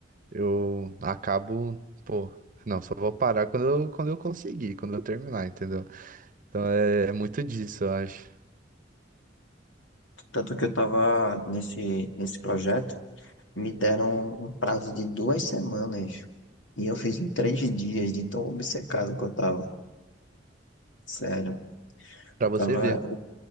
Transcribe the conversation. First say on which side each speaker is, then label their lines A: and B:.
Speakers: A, on the right (about 45°); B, on the left (about 85°).
A: eu acabo, pô, não, só vou parar quando eu, quando eu conseguir, quando eu terminar, entendeu? Então é, é muito disso, eu acho.
B: Tanto que eu estava nesse, nesse projeto, me deram um prazo de duas semanas e eu fiz em três dias de tão obcecado que eu estava. Sério,
A: Pra
B: eu estava.
A: você ver.